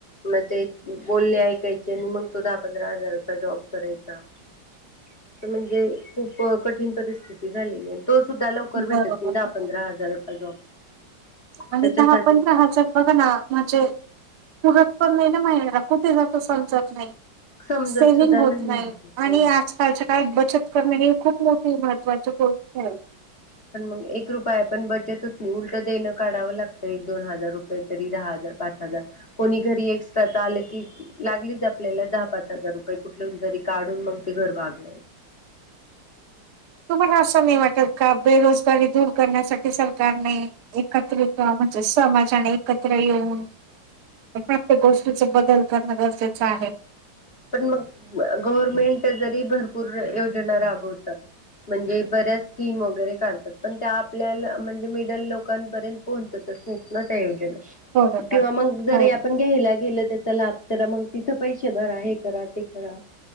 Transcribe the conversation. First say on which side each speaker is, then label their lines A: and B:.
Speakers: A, on the left (about 40°); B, on the right (about 65°).
A: मग ते बोलणे ऐकायचे आणि मग तो दहा पंधरा हजाराचा जॉब करायचा. अस म्हणजे खूप कठीण परिस्थिती झालेली तो सुद्धा लवकर भेटत
B: बरोबर
A: नाही दहा
B: बरोबर.
A: पंधरा हजाराचा जॉब
B: आणि
A: त्याच्यासाठीच
B: दहा पंधरा हजार बघा ना म्हणजे पण नाही ना महिणारला कुठे जात समजत नाही
A: समजत
B: सेविगं
A: सुद्धा
B: होत नाही
A: म्हणजे
B: आणि
A: होय.
B: आजकालच्या काळात बचत करणे हे खूप मोठ खुप महत्त्वाच्या गोष्टी आहेत.
A: पण मग एक रुपया पण बचत होत नाही उलट देणं काढावं लागतं एक दोन हजार रुपये तरी दहा हजार पाच हजार कोणी घरी एकस्ट्राच आल कि लागलीच आपल्याला दहा पाच हजार रुपये कुठल तरी काढून मग ते घर भाग
B: तुमला असं नाही वाटत का बेरोज गारी दूर करण्यासाठी सरकारने एकत्रित म्हणजे समाजाने एकत्र येऊन प्रत्येक गोष्टीचे बदल करणं गरजेचं आहे.
A: पण मग गव्हरमेंट जरी भरपूर योजना राबवतात. म्हणजे बऱ्याच स्कीम वगैरे काढतात पण त्या आपल्याला म्हणजे मिडल लोकांपर्यंत पोहचत तसेच ना त्या योजना
B: बरोबर.
A: किंवा मग जरी
B: हो
A: आपण घ्यायला गेल त्याचा लाभ तर मग तिथं पैसे भरा आहे करा ते करा